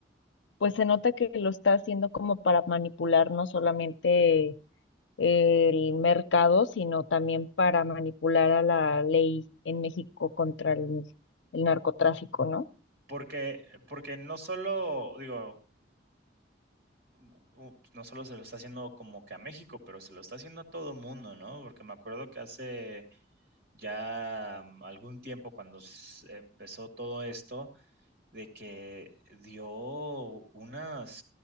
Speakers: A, on the left; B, on the right.
A: pues se nota que lo está haciendo como para manipular, no solamente el mercado, sino también para manipular a la ley en México contra el, el narcotráfico, ¿no?
B: Porque, porque no solo, digo, u- u- no solo se lo está haciendo como que a México, pero se lo está haciendo a todo mundo, ¿no? Porque me acuerdo que hace ya mm, algún tiempo, cuando s- empezó todo esto, de que dio unas,